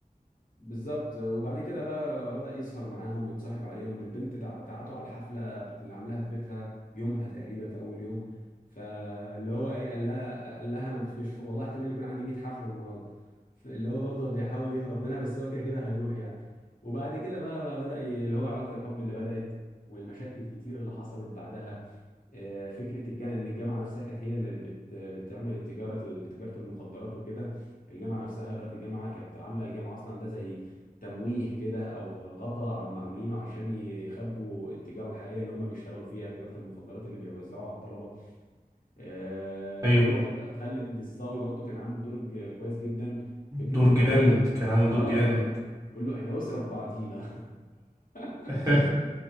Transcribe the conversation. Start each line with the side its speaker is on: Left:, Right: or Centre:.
Left: بالظبط وبعد كده بقى بدأ يسهر معاهم ويتصاحب عليهم والبنت دع- دعته على الحفلة اللي عاملاها في بيتها يومها تقريبا في أول يوم فاللي هو إيه قال لها قال لها أنا مش مش والله احتمال يكون عندي 100 حفلة النهاردة اللي هو برضه بيحاول يهرب منها بس هو كده كده هيروح يعني وبعد كده بقى, بقى بدأ ي- اللي هو علاقة الحب اللي بدأت والمشاكل الكتير اللي حصلت بعدها آه، فكره الجامعه ان الجامعه نفسها كانت هي اللي بت بتعمل التجاره تجاره المخدرات وكده الجامعه نفسها اداره الجامعه كانت عامله الجامعه اصلا ده زي تمويه كده او غطا عم عاملينه عشان يخبوا التجاره الحقيقيه اللي هم بيشتغلوا فيها تجاره المخدرات اللي بيوزعوها على الطلبه آه، برضو
Right: ايوه
Left: أحم- خالد الصاوي برضو كان عامل دور ج- كويس جدا فكره
Right: دور
Left: اللي
Right: جامد
Left: هو
Right: كان عامل
Left: اه
Right: دور جامد
Left: بيقول له احنا اسره في بعضينا <laughs>
Right: <laughs>